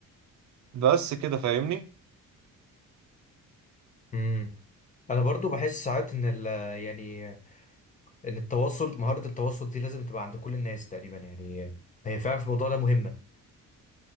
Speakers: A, on the right (about 55°); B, on the left (about 20°).
A: بس كده فاهمني؟
B: امم انا برضه بحس ساعات ان ال يعني ان التواصل مهارة التواصل دي لازم تبقى عند كل الناس تقريبا يعني هي فعلا في الموضوع ده مهمة